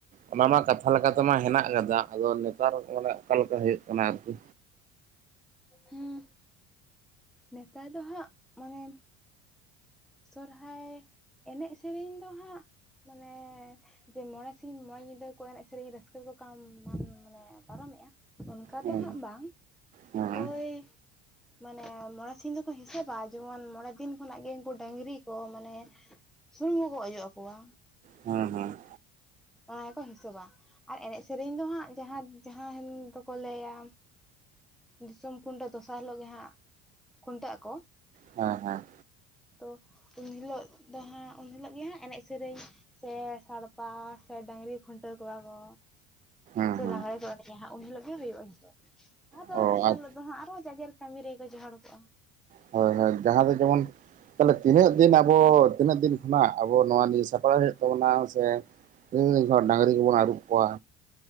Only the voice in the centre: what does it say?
ᱦᱩᱸ ᱱᱮᱛᱟᱨ ᱫᱚ ᱦᱟᱸᱜ ᱢᱟᱱᱮ ᱥᱚᱨᱦᱟᱭ ᱮᱱᱮᱡ ᱥᱮᱨᱮᱧ ᱫᱚ ᱦᱟᱸᱜ ᱢᱟᱱᱮ ᱡᱮ ᱢᱚᱬᱮ ᱥᱤᱧ ᱢᱚᱬᱮ ᱧᱤᱫᱟᱹ ᱠᱚ ᱮᱱᱮᱡ ᱥᱮᱨᱮᱧ ᱨᱟᱹᱥᱠᱟᱹ <unintelligible> ᱢᱟᱢ ᱢᱟᱱᱮ ᱯᱟᱨᱚᱢᱮᱜᱼᱟ ᱚᱱᱠᱟ
ᱫᱚ ᱦᱟᱸᱜ ᱵᱟᱝ
ᱳᱭ ᱢᱟᱱᱮ ᱢᱚᱬᱮ ᱥᱤᱧ ᱫᱚᱠᱚ ᱦᱤᱥᱟᱹᱵᱟ ᱡᱮᱢᱚᱱ ᱢᱚᱬᱮ ᱫᱤᱱ ᱠᱷᱚᱱᱟᱜ ᱜᱮ ᱠᱩ ᱰᱟᱹᱝᱨᱤ ᱠᱚ ᱢᱟᱱᱮ ᱥᱩᱱᱩᱢ ᱠᱚᱠᱚ ᱚᱡᱚᱜ ᱟᱠᱚᱣᱟ
ᱚᱱᱟ ᱜᱮᱠᱚ ᱦᱤᱥᱟᱹᱵᱼᱟ ᱟᱨ ᱮᱱᱮᱡ ᱥᱮᱨᱮᱧ ᱫᱚ ᱦᱟᱸᱜ ᱡᱟᱦᱟᱸ ᱡᱟᱦᱟᱸ ᱫᱚᱠᱚ ᱞᱟᱹᱭᱟ ᱫᱤᱥᱚᱢ ᱠᱷᱩᱱᱴᱟᱹᱣ ᱫᱚᱥᱟᱨ ᱦᱤᱞᱚᱜ ᱜᱮ ᱦᱟᱸᱜ ᱠᱷᱩᱱᱴᱟᱹᱜ ᱟᱠᱚ
ᱛᱚ ᱩᱱ ᱦᱤᱞᱚᱜ ᱫᱚ ᱦᱟᱸᱜ ᱩᱱ ᱦᱤᱞᱚᱜ ᱜᱮ ᱦᱟᱸᱜ ᱮᱱᱮᱡ ᱥᱮᱨᱮᱧ ᱥᱮ ᱥᱟᱲᱯᱟ ᱥᱮ ᱰᱟᱹᱝᱨᱤ ᱠᱷᱩᱱᱴᱟᱹᱣ ᱠᱚᱣᱟ ᱠᱚ
ᱥᱮ
ᱞᱟᱜᱽᱲᱮ ᱠᱚ ᱮᱱᱮᱡᱟ ᱦᱟᱸᱜ ᱩᱱ ᱦᱤᱞᱚᱜ ᱜᱮ ᱦᱩᱭᱩᱜᱼᱟ ᱟᱫᱚ
ᱫᱚᱥᱟᱨ
ᱦᱤᱞᱚᱜ ᱫᱚ ᱦᱟᱸᱜ ᱟᱨᱚ ᱡᱟᱡᱮᱨ ᱠᱟᱹᱢᱤ ᱨᱮᱜᱮ ᱡᱚᱦᱚᱲ ᱠᱚᱜᱼᱟ